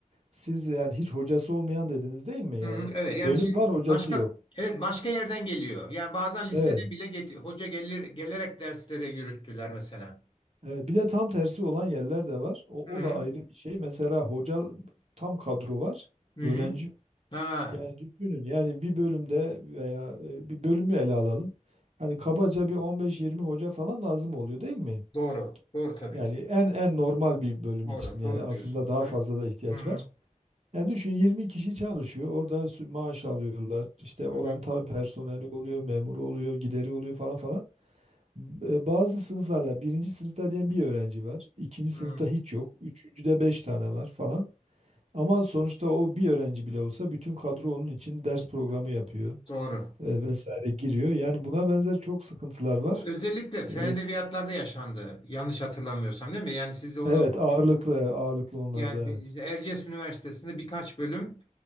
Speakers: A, on the right (about 55°); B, on the left (about 40°).
A: Siz yani hiç hocası olmayan dediniz değil mi? Yani
B: Hı, evet yani
A: bölüm
B: şimdi
A: var hocası
B: başka
A: yok.
B: evet başka yerden geliyor. Yani bazen liseden
A: Evet.
B: bile get- hoca gelir gelerek derslere yürüttüler mesela.
A: Evet, bir de tam tersi olan yerler de var. O,
B: Hı,
A: o da ayrı bir şey. Mesela hoca tam kadro var.
B: hı.
A: Öğrenci yok.
B: Ha,
A: yani düşünün yani bir bölümde veya e, bir bölümü ele alalım. Hani kabaca bir 15-20 hoca falan lazım oluyor değil mi?
B: doğru. Doğru tabii
A: Yani
B: ki.
A: en en normal bir bölüm
B: Doğru.
A: için yani
B: Doğru
A: aslında
B: diyorsun.
A: daha
B: Tabii.
A: fazla da ihtiyaç
B: Hı, hı,
A: var. Yani düşün 20 kişi çalışıyor. Orada sü- maaş alıyorlar. İşte
B: hı.
A: oranın tabii personeli oluyor, memuru oluyor, gideri oluyor falan falan. E, Bazı sınıflarda yani birinci sınıfta diyen bir öğrenci var. ikinci
B: hı.
A: sınıfta
B: Hı.
A: hiç yok. Üçüncüde beş tane var falan. Ama sonuçta o bir öğrenci bile olsa bütün kadro onun için ders programı yapıyor
B: Doğru.
A: e, vesaire giriyor. Yani buna benzer çok sıkıntılar var.
B: Bu özellikle fen
A: E,
B: edebiyatlarda yaşandı. Yanlış hatırlamıyorsam değil mi? Yani siz de onu
A: Evet ağırlıklı ağırlıklı onlarda
B: yani
A: evet.
B: bir- işte Erciyes Üniversitesi'nde birkaç bölüm